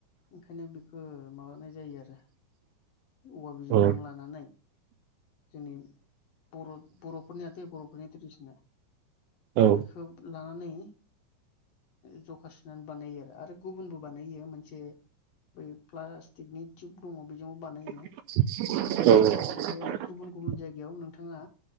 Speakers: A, on the left (about 65°); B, on the right (about 80°).
A: ओंखायनो बेखौ माबानाय जायो आरो औवा बिजौजों
B: औ
A: लानानै जोंनि बर' बर'फोरनियाथाये बर'फोरनि ट्रेडिसना।
B: औ
A: बेखौ लानानै <inaudible> बानायो आरो गुबुनबो बानायो मोनसे बै प्लास्टिकनि टिउब दङ बेजोंबो बानायो।
B: <unintelligible> औ।
A: ओमफ्राय आरो गुबुन गुबुन जायगायाव नोंथाङा